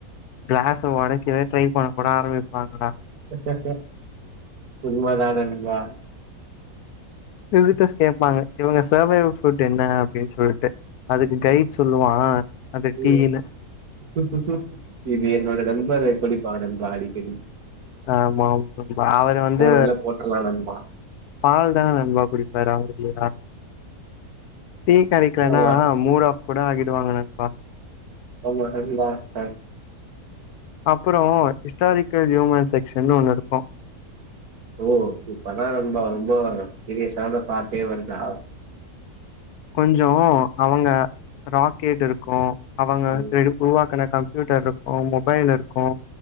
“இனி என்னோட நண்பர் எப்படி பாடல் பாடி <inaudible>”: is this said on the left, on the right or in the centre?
Right